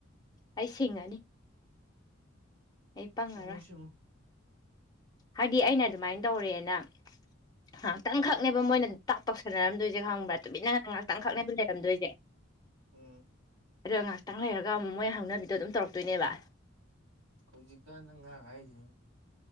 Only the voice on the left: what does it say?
ꯑꯩ ꯁꯤꯡꯉꯅꯤ ꯑꯩ ꯄꯪꯉꯔꯣꯏ
ꯍꯥꯏꯗꯤ ꯑꯩꯅ ꯑꯗꯨꯝꯃꯥꯏꯟ ꯇꯧꯔꯦꯅ ꯉꯥꯛꯇꯪꯈꯛꯅꯦꯕ ꯃꯣꯏꯅ ꯇꯥꯠ ꯇꯧꯁꯟꯅꯔꯝꯗꯣꯏꯖꯦ ꯈꯪꯕ꯭ꯔ ꯇꯨꯃꯤꯟꯅ ꯉꯥꯛꯇꯪ ꯈꯛꯅꯦꯕ ꯂꯩꯔꯝꯗꯣꯏꯖꯦ
ꯑꯗꯨꯒ ꯉꯥꯛꯇꯪ ꯂꯩꯔꯒ ꯑꯃꯨꯛ ꯃꯣꯏ ꯍꯧꯅꯕꯤꯗꯣ ꯑꯗꯨꯝ ꯇꯧꯔꯛꯇꯣꯏꯅꯦꯕ